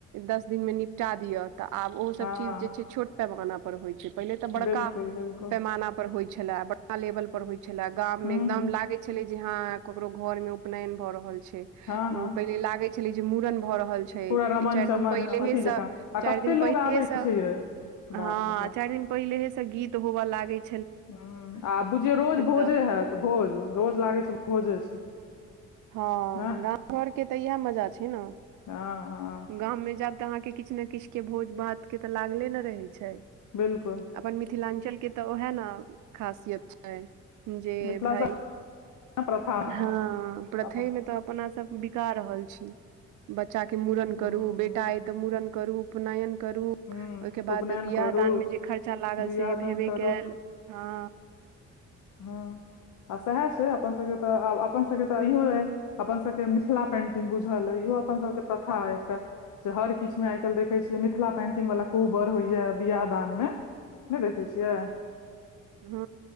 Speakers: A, on the right; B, on the left.
A: दस दिनमे निपटा दिअ तऽ आब ओहोसभ
B: हँ
A: चीज जे छै छोट पैमाना पर होइत छै पहिले तऽ बड़का
B: बिल्कुल बिल्कुल
A: पैमाना पर होइ छलाह बड़का लेवल पर होइ छले गाम
B: हूँ
A: मे एकदम
B: हूँ
A: लागे ह ककरो घर मे उपनयन भऽ रहल छै
B: हँ हँ
A: पहिल लाग छलै जे मूड़न भऽ रहल छै
B: पूरा
A: ई
B: रमन
A: चारि
B: चमन
A: दिन पहिलेहेसँ
B: अथी जकाँ आ
A: चार
B: कते
A: दिन
B: लोग
A: पहिले
B: आबै
A: से
B: छै यै
A: हँ
B: बाप रे बाप
A: चार दिन पहिलहे से गीत होबे लागे छै
B: ह आ बुझियौ रोज भोजे
A: तऽ
B: हत भोज रोज लागै छै भोजे छै
A: हँ
B: नहि
A: गाम घरके तऽ इएह मजा छै ने
B: ह ह
A: गाम मे जायब तऽ अहाँके किछु ने किछु के भोज भात के तऽ लागले ने रहै छै
B: बिलकुल
A: अपन मिथिलाञ्चल के तऽ उएह ने खासियत छै जेे
B: मिथिला
A: भइ
B: सं प्रथा
A: हँ प्रथई
B: अप
A: में त अपना सब बिका रहल छै बच्चा के मूरण
B: हूँ
A: करू बेटा तऽ मूरण करू पुनयन करू ओहिके
B: हूँ
A: बाद
B: उपनयन
A: बिियाह
B: करू
A: दानमे जे खर्चा लागल
B: बियाह
A: से
B: दान
A: भेबे
B: करू
A: क हँ
B: हँ आब सएह छै अपन सभके तऽ आब अपन सभके तऽ इहो य अपनसभके मिथिला पेन्टिंग बुझल अइ इहो अपनसभके प्रथा एकटा जे हर किछ मे आइ काल्हि देखै छियैित मिथिला पेंटिंग वालला कोबर होइया बियाह दान मे नहि देखे छियै
A: ह